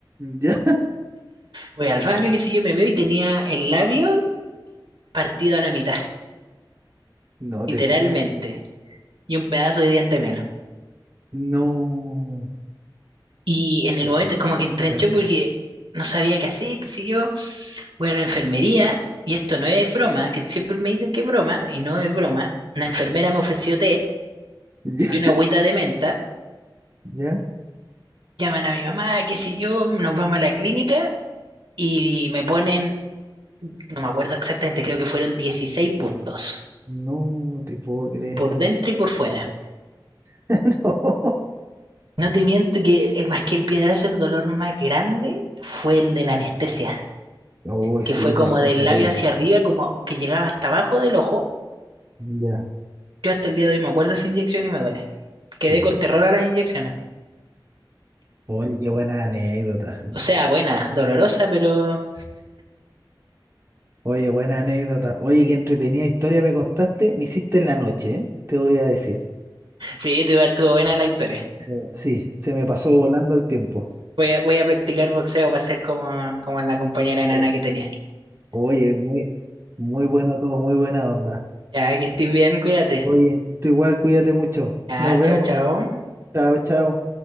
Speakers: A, on the right; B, on the right.
A: ya,
B: Voy al baño, qué sé yo, me veo y tenía el labio partido a la mitad,
A: no
B: literalmente,
A: te puedo. creer.
B: y un pedazo de diente menos.
A: No.
B: Y en el
A: Chuta.
B: momento como que entré en shock porque no sabía qué hacer, qué sé yo, voy a la enfermería, y esto no es broma, que siempre me dicen que es broma, y no es broma, la enfermera me ofreció té
A: Ya,
B: y una agüita de menta,
A: ya.
B: llaman a mi mamá, qué sé yo, nos vamos a la clínica y me ponen, no me acuerdo exactamente, creo que fueron 16 puntos,
A: No te puedo creer.
B: por dentro y por fuera.
A: <laughs>
B: No te miento que eh, más que el piedrazo, el dolor más grande fue el de la anestesia,
A: Uy,
B: que
A: sí,
B: fue como
A: te- son
B: del
A: terribles.
B: labio hacia arriba, como que llegaba hasta abajo del ojo.
A: Ya.
B: Yo hasta el día de hoy me acuerdo de esa inyección y me duele. Quedé
A: Chu.
B: con terror a las inyecciones.
A: Oye, qué buena anécdota.
B: O sea, buena, dolorosa, pero
A: Oye, buena anécdota. Oye, qué entretenida historia me contaste. Me hiciste en la noche, ¿eh? Te voy a decir.
B: sí, tuvo, estuvo buena la historia.
A: Eh, sí, se me pasó volando el tiempo.
B: Voy a, voy a practicar boxeo para ser como, como la compañera enana
A: Es.
B: que tenía.
A: Oye, muy, muy bueno todo, muy buena onda.
B: Ya, que estés bien, cuídate.
A: Oye, tú igual, cuídate mucho.
B: Ya,
A: Nos vemos.
B: chao, chao.
A: Chao, chao.